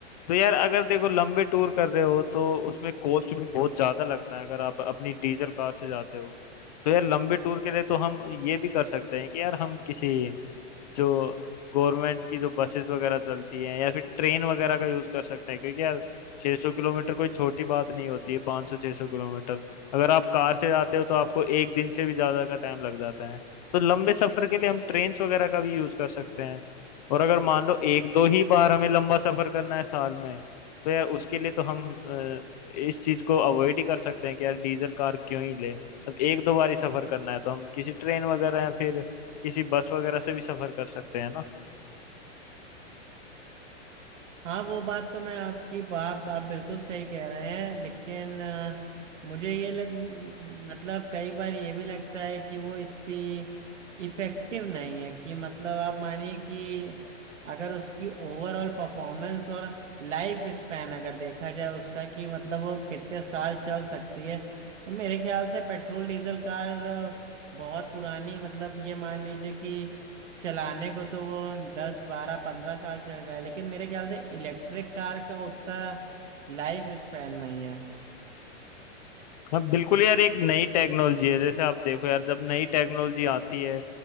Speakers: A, on the left; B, on the right.
A: तो यार अगर देखो लंबे टूर कर रहे हो तो उसमें कॉस्ट भी बहुत ज्यादा लगता है अगर आप अपनी डीजल कार से जाते हो तो यार लंबे टूर के लिए तो हम ये भी कर सकते हैं कि यार हम किसी जो गवर्नमेंट की जो बसेस वगैरह चलती हैं या फिर ट्रेन वगैरह का यूज कर सकते हैं क्योंकि यार 600 किलोमीटर कोई छोटी बात नहीं होती है 500 600 किलोमीटर अगर आप कार से जाते हो तो आपको एक दिन से भी ज्यादा का टाइम लग जाता है तो लंबे सफर के लिए हम ट्रेन्स वगैरह का भी यूज कर सकते हैं और अगर मान लो एक दो ही बार हमें लंबा सफर करना है साल में तो यार उसके लिए तो हम अ, इस चीज को अवॉइड ही कर सकते हैं कि यार डीजल कार क्यों ही ले अब एक दो बार ही सफर करना है तो हम किसी ट्रेन वगैरह या फिर किसी बस वगैरह से भी सफर कर सकते हैं ना
B: हाँ वो बात तो मैं आपकी आप आप बिल्कुल सही कह रहे हैं लेकिन अ, मुझे ये लग मतलब कई बार ये भी लगता है कि वो इतनी इफेक्टिव नहीं है कि मतलब आप मानिए कि अगर उसकी ओवरऑल परफॉर्मेंस और लाइफ स्पैन अगर देखा जाए उसका कि मतलब वो कितने साल चल सकती है तो मेरे ख्याल से पेट्रोल डीजल कार अ, बहुत पुरानी मतलब ये मान लीजिए कि चलाने को तो वो दस बारह पंद्रह साल चल जाए लेकिन मेरे ख्याल से इलेक्ट्रिक कार का उतना लाइफ स्पैन नहीं है
A: हाँ बिल्कुल यार एक नई टेक्नोलॉजी है जैसे आप देखो यार जब नई टेक्नोलॉजी आती है